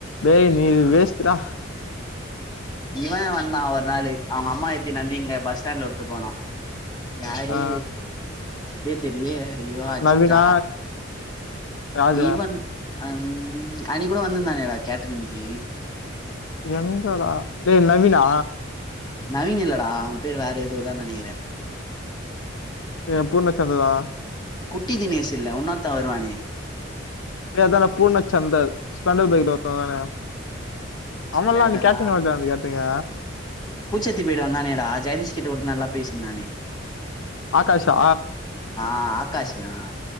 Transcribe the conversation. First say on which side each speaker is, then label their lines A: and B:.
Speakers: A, on the left (about 80°); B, on the left (about 20°).
A: டேய் நீ வேஷ்டுடா
B: இவ வந்தா ஒரு நாளு அவுங்க அம்மா எத்தின் வந்து இங்க பஸ் ஸ்டாண்ட்ல விட்டு போனா யாரு
A: ஆ
B: பேர் தெர்லியே அய்யோ அஜித்தா
A: நவீனா அது
B: இவன் அன் அன்னிக்கு கூட வந்திருந்தானேட கேட்டரிங்க்கி
A: எங்கடா டே நவீனா
B: நவீன் இல்லடா அவ பேர் வேற ஏதோதா நெனைக்கிறே
A: ஏ பூர்ணச்சந்தரா
B: குட்டி தினேஸ்சு இல்ல உன்னாத்தாவ வருவானே
A: டே அதாடா பூர்ண சந்தர் ஸ்பெண்டர் பைகில ஒருத்தன் வந்தானே
B: ஸ்ப்ளெண்டரா
A: ஆவல்லா அந்த கேட்ரீங்க <unintelligible> அந்த கேட்ரீங்க
B: பூச்சத்தி போடு வந்தானேடா ஜெயதீஷ் கிட்ட கூட நல்லா பேசிருந்தானே
A: ஆகாஷ்ஷா
B: ஆ ஆகாஷ் ஆ